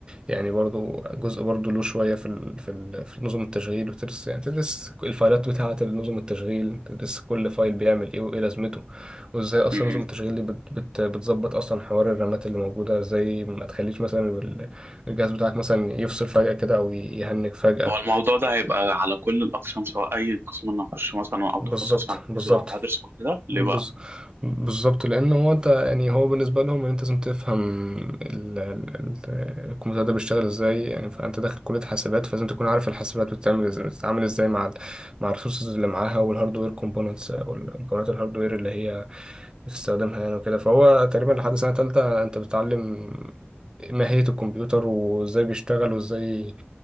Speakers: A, on the right (about 20°); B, on the right (about 65°).
A: يعني برضو جزء برضو له شوية في ال في ال في نظم التشغيل وتدرس يعني تدرس الفايلات بتاعة نظم التشغيل تدرس كل فايل بيعمل ايه وايه لازمته وازاي اصلا
B: مهم.
A: نظم التشغيل دي بت بت بتظبط اصلا حوار الرامات اللي موجوده ازاي ما تخليش مثلا ال- الجهاز بتاعك مثلا يفصل فجاه كده او يهنج فجاه
B: هو الموضوع ده هيبقى على كل الاقسام سواء اي قسم انا هخش مثلا او تخصص
A: بالظبط
B: انا
A: بالظبط
B: عايزه هدرس كل ده ليه
A: بز...
B: بقى
A: بالظبط لان هو انت يعني هو بالنسبه لهم ان انت لازم تفهم ال... ال... ال- الكمبيوتر ده بيشتغل ازاي يعني فانت داخل كليه حاسبات فلازم تكون عارف الحاسبات بتتعمل ازاي بتتعامل ازاي مع ال... مع الريسورسز اللي معاها والهاردوير كومبوننتس او المكونات الهاردوير اللي هي بتستخدمها يعني وكده فهو تقريبا لحد سنه تالتة انت بتتعلم ماهيه الكمبيوتر وازاي بيشتغل وازاي